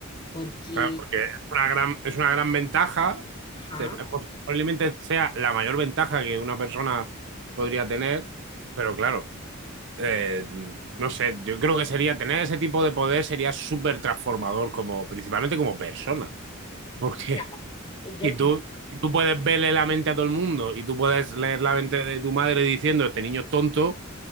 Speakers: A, on the left; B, on the right.
A: Porque,
B: Claro, porque es una gran, es una gran ventaja,
A: ajá.
B: se- eh, posiblemente sea la mayor ventaja que una persona podría tener, pero claro. eh, no sé, yo creo que sería tener ese tipo de poder sería súper transformador, como, principalmente como persona. Porque
A: Mira,
B: <laughs>
A: yo,
B: y
A: yo
B: tú, y tú puedes verle la mente a todo el mundo y tú puedes leer la mente de tu madre diciendo este niño es tonto